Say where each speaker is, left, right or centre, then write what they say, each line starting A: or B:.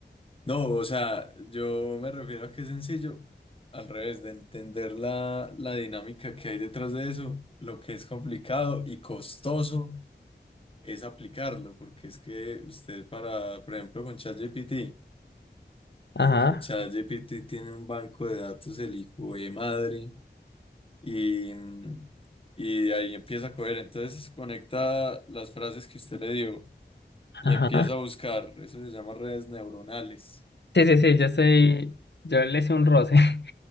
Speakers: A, on the left; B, on the left.
A: no, o sea, yo me refiero a que es sencillo, al revés, de entender la, la dinámica que hay detrás de eso, lo que es complicado y costoso es aplicarlo, porque es que usted para, por ejemplo, con ChatGPT,
B: Ajá,
A: ChatGPT tiene un banco de datos, el hijo de madre y, y ahí empieza a coger. Entonces conecta las frases que usted le dio y
B: ajá.
A: empieza a buscar. Eso se llama redes neuronales.
B: Sí, sí, sí,
A: Esa,
B: yo soy, yo le hice un roce. <laughs>